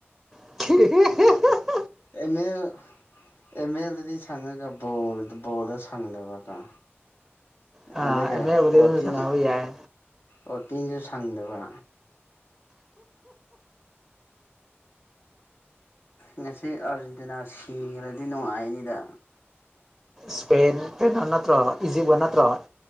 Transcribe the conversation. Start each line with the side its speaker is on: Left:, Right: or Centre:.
Centre: <unintelligible>
Left: ꯑꯦꯝꯃꯦꯜ ꯑꯦꯝꯃꯦꯜꯗꯗꯤ ꯁꯪꯉꯒꯕꯣꯜꯗ ꯕꯣꯜꯗ ꯁꯪꯂꯕꯒ
Centre: ꯑꯦꯝ
Left: ꯑꯗꯨꯒ
Centre: ꯑꯦꯕꯨꯗꯤ ꯑꯗꯨꯝ
Left: ꯋꯥꯛꯀꯤꯡ
Centre: ꯁꯥꯟꯅꯕ ꯌꯥꯏ
Left: ꯋꯥꯛꯀꯤꯡꯁꯨ ꯁꯪꯗꯕ ꯉꯁꯤ ꯑꯥꯔꯖꯦꯟꯇꯤꯅꯥ ꯁꯤꯈ꯭ꯔꯗꯤ ꯅꯨꯡꯉꯥꯏꯅꯤꯗ
Centre: ꯁ꯭ꯄꯦꯟ ꯀꯩꯅꯣ ꯅꯠꯇ꯭ꯔꯣ ꯏꯖꯤꯞꯒ ꯅꯠꯇ꯭ꯔꯣ